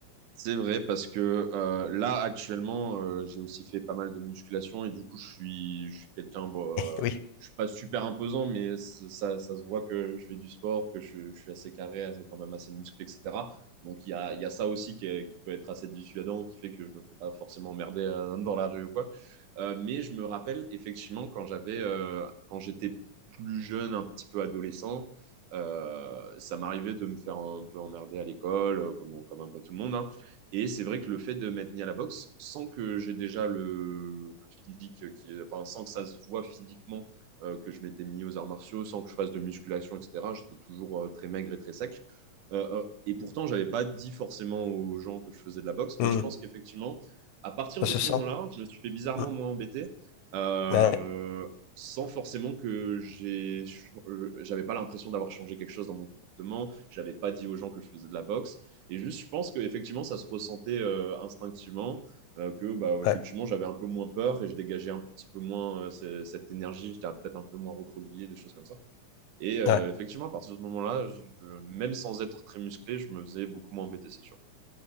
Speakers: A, on the right; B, on the left.
A: C'est vrai parce que euh, là actuellement euh, j'ai aussi fait pas mal de musculation et du coup je suis je suis quelqu'un bon euh,
B: Oui,
A: je suis pas super imposant mais c- ça ça se voit que je fais du sport que je, je suis assez carré assez- quand même assez musclé etc donc il y a il y a ça aussi qui, est- qui peut être assez dissuadant qui fait que je me fais pas forcément emmerder euh, dans la rue ou quoi Euh, mais je me rappelle effectivement quand j'avais euh, quand j'étais plus jeune un petit peu adolescent euh, ça m'arrivait de me faire un peu emmerder à l'école euh, comme comme un peu tout le monde hein. Et c'est vrai que le fait de m'être mis à la boxe, sans que j'ai déjà le, le physique, qui, enfin, sans que ça se voit physiquement euh, que je m'étais mis aux arts martiaux, sans que je fasse de musculation, etc., j'étais toujours euh, très maigre et très sec. Euh, euh, et pourtant, j'avais pas dit forcément aux gens que je faisais de la boxe, mais
B: Hmm.
A: je pense qu'effectivement, à partir
B: ça
A: de
B: se
A: ce
B: sent.
A: moment-là, je me suis fait bizarrement
B: Hmm.
A: moins embêté, euh,
B: Ouais,
A: sans forcément que j'ai, euh, j'avais pas l'impression d'avoir changé quelque chose dans mon comportement. J'avais pas dit aux gens que je faisais de la boxe. Et juste, je pense qu'effectivement, ça se ressentait euh, instinctivement, euh, que bah, effectivement,
B: ouais,
A: j'avais un peu moins peur et je dégageais un petit peu moins euh, ce- cette énergie, j'étais peut-être un peu moins recroquevillé, des choses comme ça. Et euh,
B: ouais.
A: effectivement, à partir de ce moment-là, je- même sans être très musclé, je me faisais beaucoup moins embêter, c'est sûr.